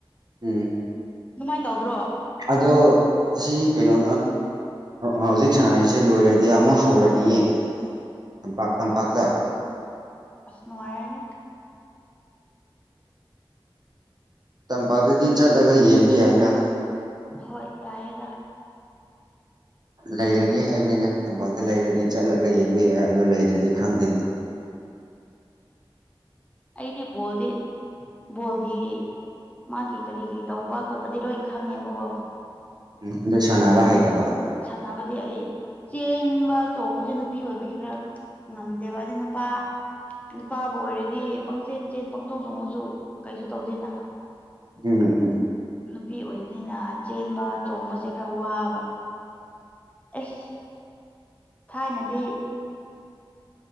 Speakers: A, on the right (about 50°); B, on the left (about 15°).
A: ꯎꯝ
B: ꯑꯗꯨꯃꯥꯏꯅ ꯇꯧꯗ꯭ꯔꯣ
A: ꯑꯗꯣ ꯑꯁꯤ ꯀꯩꯅꯣ ꯍꯧꯖꯤꯛ ꯁꯅꯥꯔꯤꯁꯦ ꯂꯣꯏꯔꯗꯤ ꯑꯃꯨꯛ ꯍꯧꯔꯅꯤꯌꯦ ꯇꯝꯄꯥꯛ ꯇꯝꯄꯥꯛꯇ
B: ꯅꯨꯡꯉꯥꯏꯅꯦ
A: ꯇꯝꯄꯥꯛꯇꯗꯤ ꯆꯠꯂꯒ ꯌꯦꯡꯕ ꯌꯥꯏꯅ
B: ꯍꯣꯏ ꯌꯥꯏꯌꯦ
A: ꯂꯩꯔꯗꯤ ꯍꯥꯏꯕꯅꯤꯅ ꯇꯝꯄꯥꯛꯇ ꯂꯩꯔꯗꯤ
B: ꯎꯝ
A: ꯆꯠꯂꯒ ꯌꯦꯡꯕ ꯌꯥꯏ ꯑꯗꯨ ꯂꯩꯔꯗꯤ ꯈꯪꯗꯦ
B: ꯑꯩꯗꯤ ꯕꯣꯜꯗꯤ ꯕꯣꯜꯒꯤ ꯃꯥꯒꯤ ꯀꯔꯤ ꯀꯔꯤ ꯇꯧꯕ ꯈꯣꯠꯄꯗꯤ ꯂꯣꯏ ꯈꯪꯉꯦꯕꯀꯣ
A: ꯎꯝ ꯑꯗꯨ ꯁꯥꯟꯅꯕ ꯍꯩꯇꯕ
B: ꯁꯥꯟꯅꯕꯗꯤ ꯑꯩ ꯆꯦꯟꯕ ꯆꯣꯡꯕꯁꯦ ꯅꯨꯄꯤ ꯑꯣꯏꯕꯒꯤ ꯈꯔ ꯉꯝꯗꯦꯕꯗꯤ ꯅꯨꯄꯥ ꯅꯨꯄꯥꯕꯨ ꯑꯣꯏꯔꯗꯤ ꯄꯪꯆꯦꯟ ꯆꯦꯟ ꯄꯪ ꯆꯣꯡ ꯆꯣꯡꯉꯁꯨ ꯀꯩꯁꯨ ꯇꯧꯗꯦꯅ
A: ꯎꯝ ꯎꯝ
B: ꯅꯨꯄꯤ ꯑꯣꯏꯕꯅꯤꯅ ꯆꯦꯟꯕ ꯆꯣꯡꯕꯁꯦ ꯈꯔ ꯋꯥꯕ ꯑꯦꯁ ꯊꯥꯏꯅꯗꯤ